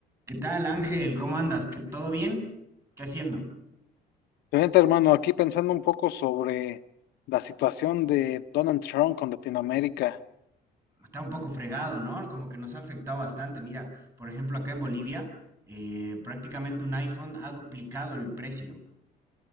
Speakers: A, on the right (about 20°); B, on the left (about 75°).
A: ¿Qué tal, Ángel? ¿Cómo andas? ¿Qué- ¿Todo bien? ¿Qué haciendo?
B: Fíjate, hermano, aquí pensando un poco sobre la situación de Donald Trump con Latinoamérica.
A: Está un poco fregado, ¿no? Como que nos ha afectado bastante. Mira, por ejemplo, acá en Bolivia, eh, prácticamente un iPhone ha duplicado el precio.